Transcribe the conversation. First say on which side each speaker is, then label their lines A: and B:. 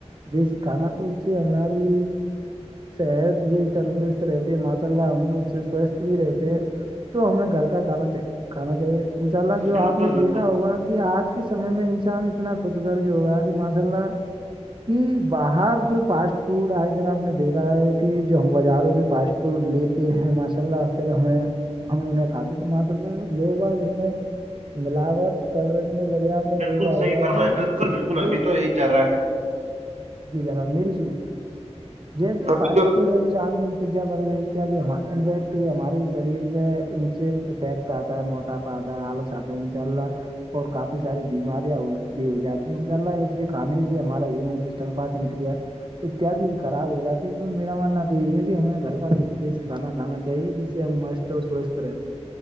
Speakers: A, on the right; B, on the right.
A: دیشی کھانا تو سے ہماری صحت بھی تندرست رہتی ہے م ہم لگ اس سے سواستھ بھی رہتے ہیں تو ہمیں گھر کا کھانا کھانا چاہیے انشاء اللہ جو
B: بالکل
A: آپ نے
B: بالکل
A: دیکھا ہوگا کہ آج کے سمے میں انسان اتنا خود گرج ہوگا ماشاء اللہ کہ باہر جو فاسٹ فوڈ آئے دن آپ نے دیکھا ہے کہ جو ہم بازاروں سے پاسٹ فوڈ لیتے ہیں ماشاء اللہ پھر ہمیں ہم انہیں کھاتے تو ماشاء اللہ لوگ اب ان میں ملاوٹ کرنے لگے آپ نے
B: بالکل
A: دیکھا ہوا
B: صحیح فرمایا
A: کہ
B: بالکل بالکل ابھی
A: جو
B: تو یہی چل رہا ہے
A: جی جناب میری سنی جیسے
B: ابھی
A: فاسٹ
B: تو
A: فوڈ ہے چاؤمین پیزا برگر کیافیکٹ ہمارے شریر پہ ان سے افیکٹ اتا ہے موٹاپا اتا ہے آلس اتا ہے انشاءاللہ اور کافی ساری بیماریاں بھی ہو جاتی ہیں انشاء اللہ ایسے کھانے سے ہمارا امون سسٹم پات نکرییا اتیادی بھی خراب ہو جاتے ہیں تو میرا ماننا تو یہی ہے کہ ہمیں گھر کا دیسی کھانا کھانا چاہیے جس سے ہم مست تو سوست ر ہیں